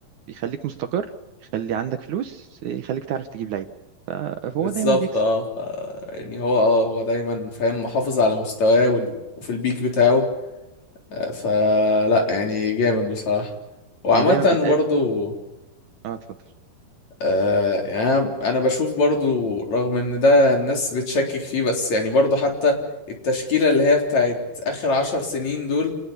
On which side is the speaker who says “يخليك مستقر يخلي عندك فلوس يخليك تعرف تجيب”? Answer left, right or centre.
Right